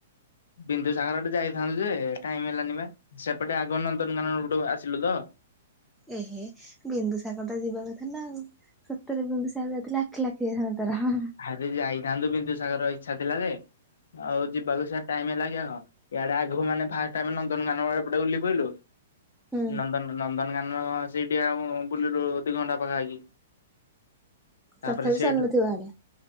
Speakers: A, on the left (about 75°); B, in the centre.
A: ବିନ୍ଦୁସାଗରଟେ ଯାଇଥାନ୍ତୁ ଯେ ଟାଇମ୍ ହେଲାନି ପା ସେପଟେ ଆଗ ନନ୍ଦନକାନନ ଉଟୁ ଆସିଲୁ ତ।
B: ଏ ହେ ବିନ୍ଦୁସାଗରଟା ଯିବା କଥା ନା ଆଉ। ସତରେ ବୁିନ୍ଦୁସାଗର ଯାଇଥିଲେ ଆଖି ଲାଖି ଯଇଥାନ୍ତା ତର।
A: ରେ ଯାଇଥାନ୍ତୁ ବିନ୍ଦୁସାଗର ଇଚ୍ଛା ଥିଲା ଯେ ଆଉ ଯିବାକୁ ସେ ଟାଇମ୍ ହେଲା କି ଆଉ? ଇଆଡ଼େ ଆଗୁକୁ ମାନେ ଫାଷ୍ଟେ ଆମେ ନନ୍ଦନକାନନ ଏପଟେ ଓଲ୍ହେଇ ପାଇଲୁ।
B: ହୁଁ
A: ନନ୍ଦନ ନନ୍ଦନକାନନ ସେଇଠି ଆଉ ବୁଲିଲୁ ଦି ଘଣ୍ଟା ପାଖାପାଖି। ତାପରେ
B: ତଥାପି
A: ସେଇଠୁ
B: ସରିନଥିବ ହାଡେ।